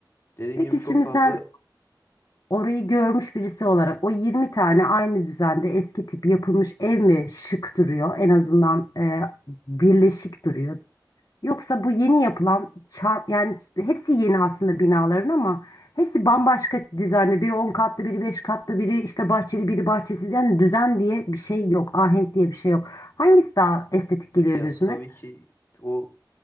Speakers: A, on the left; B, on the left.
A: Dediğim
B: Peki
A: gibi çok
B: şimdi
A: fazla
B: sen Orayı görmüş birisi olarak o 20 tane aynı düzende eski tip yapılmış ev mi şık duruyor? En azından e, birleşik duruyor. Yoksa bu yeni yapılan çar yani hepsi yeni aslında binaların ama hepsi bambaşka dizaynlı. Biri 10 katlı, biri 5 katlı, biri işte bahçeli, biri bahçesiz. Yani düzen diye bir şey yok, ahenk diye bir şey yok. Hangisi daha estetik geliyor
A: yani
B: gözüne?
A: tabii ki o